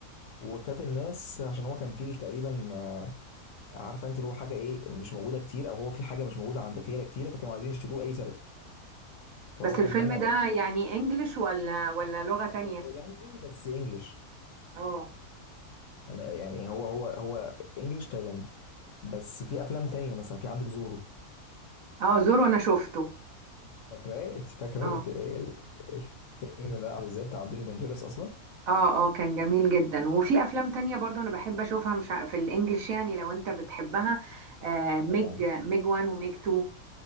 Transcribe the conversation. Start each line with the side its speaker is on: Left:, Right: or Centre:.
Left: وكانت الناس عشان هو كان فيل تقريبا آه، عارفة أنت اللي هو حاجة إيه مش موجودة كتير أو هو في حاجة مش موجودة عند فيلة كتيرة فكانوا عايزين يشتروه لأي سبب فهو
Right: بس الفيلم
Left: كان مانع
Right: ده
Left: ده
Right: يعني انجليش ولا ولا لغة تانية
Left: هو تايلاندي بس إنجلش
Right: اه
Left: تمام، يعني هو هو هو إنجلش تايلاندي بس في أفلام تانية مثلا في عندك زورو
Right: اه زورو انا شفته
Left: فاكراه أنت فاكرة
Right: اه
Left: الك- ال- الفيلم ده عامل إزاي بتاع أنطونيو بانتيرس أصلا؟
Right: اه اه كان جميل جدا وفي افلام تانية برضو انا بحب اشوفها مش ع- في الانجليش يعني لو انت بتحبها آه ميج
Left: طبعا
Right: ميج وان وميج تو